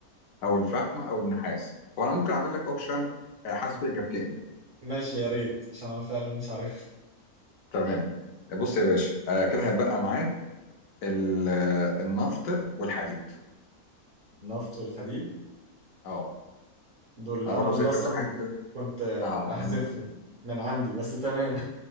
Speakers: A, on the left; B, on the right.
A: او الفحم او النحاس هو انا ممكن اعمل لك اوبشن حاسس في اجابتين
B: ماشي يا ريت عشان انا فعلا مش عارف
A: تمام بص يا باشا آه، كده هتبقى معاك ال- آه، النفط والحديد
B: <laughs> النفط والحديد
A: اه
B: دول
A: انا
B: انا
A: برضه
B: اللي
A: سايب
B: اصلا
A: لك حاجه كده
B: كنت
A: اه
B: احذفهم
A: انا
B: من عندي بس تمام